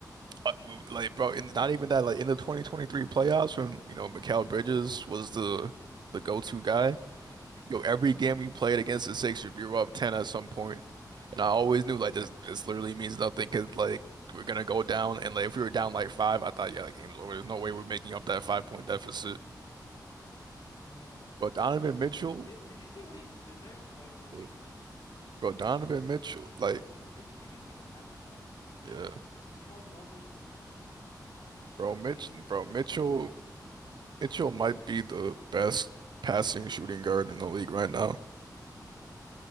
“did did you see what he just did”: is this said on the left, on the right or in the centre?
Left